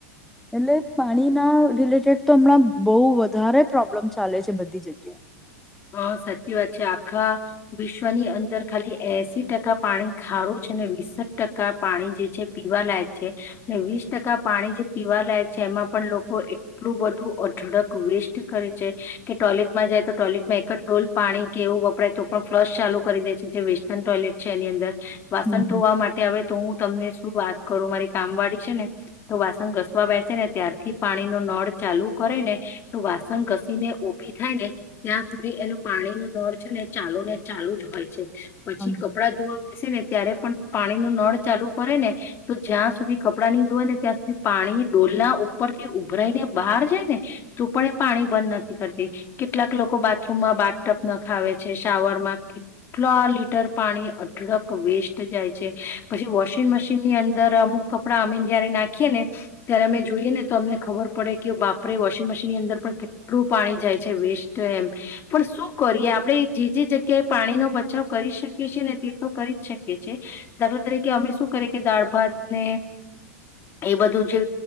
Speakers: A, in the centre; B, on the left.
A: એટલે પાણી ના રિલેટેડ તો હમણાં બહુ વધારે પ્રોબ્લેમ ચાલે છે. બધી જગ્યાએ.
B: હા સાચી વાત છે. આખા વિશ્વની અંદર ખાલી એસી ટકા પાણી ખારું છે. ને વિીસઠ ટકા પાણી જે છે પીવાલાાયક છે અને વીસ ટકા પાણી જે પીવા લાયક છે એમાં પણ લોકો એટલું બધું અઢળક વેસ્ટ કરે છે કે ટોયલેટમાં જાય તો ટોયલેટ મેકટ ડોલ પાણી કેવું વપરાય તો પણ ફ્લશ ચાલુ કરી દે છે. જે વેસ્ટર્ન ટોયલેટ છે એની અંદર. વાસણ
A: હમ
B: ધોવા માટે આવે તો હું તમને શું વાત કરું. મારી કામ વાળી છે ને તો વાસણ ઘસવા બેસે ને ત્યારથી પાણી નો નળ ચાલુ કરે ને તો વાસણ ઘસી ને ઉભી થાય ને. ત્યાં સુધી એનો પાણી નૂ નળ છે ને ચાલુ ને ચાલુ જ હોય છે પછી
A: હમ
B: કપડા ધોવા બેસે ને ત્યારે. પણ પાણી નળ ચાલુ કરે ને તો જ્યાં સુધી કપડા ની ધોય ને ત્યાં સુધી પાણી ડોલના ઉપર થી ઉભરાઈને બહાર જાય ને તો પણ એ પાણી બંધ નથી કરતી કેટલાક લોકો લોકો બાથરૂમમાં બાટટપ ના ખાવે છે. શાવરમાં કેટલા લીટર પાણી અઢળક વેસ્ટ જાય છે. પછી વોશિંગ મશીનની અંદર અમુક કપડાં અમેને જયારે નાખીએ ને ત્યારે અમે જોઈએ ને તો અમને ખબર પડે કે બાપરે.. વોશિંગ મશીનની અંદર પણ કેટલું પાણી જાય છે વેસ્ટ તો એમ પણ શું કરીએ આપણે. જે જે જગ્યાએ પાણીનોો બચાવ કરી શકીએ છેએ ને. તે તો કરી જ શકીએ છેએ દાખલા તરીકે અમે શું કરીએ કે દાળ ભાત ને એ બધું જે